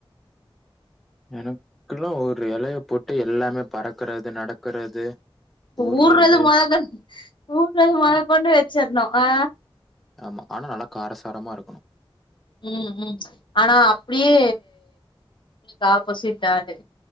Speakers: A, in the centre; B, on the left.
A: எனக்குல்லாம் ஒரு எலைய போட்டு எல்லாமே பறக்கறது நடக்கறது ஊர்றது
B: ஊர்ரது மொதக் ஊர்ரது மொத கொண்டு வச்சிற்ணும் ஆ
A: ஆமா அனா நல்லா காரசாரமா இருக்கும்
B: ம் ம் ஆனா அப்டியே உ ஆப்போசிட் நானு